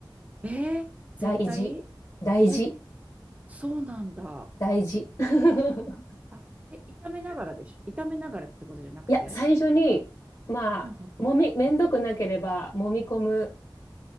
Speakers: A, on the right; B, on the left.
A: ええー、絶対
B: 大事、大事、
A: え、そうなんだ。
B: 大事。<laughs>
A: あ、え、炒めながらでしょ。炒めながらってことじゃなくて
B: いや、最初に、まあ、
A: うん
B: もみ、めんどくなければ、
A: うん
B: 揉み込む